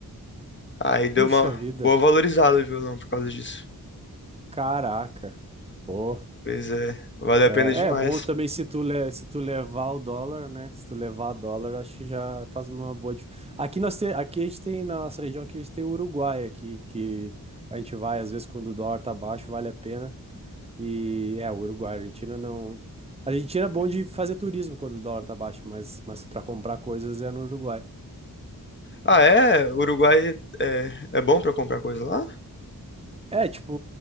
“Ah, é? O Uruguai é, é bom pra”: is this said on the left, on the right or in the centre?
Left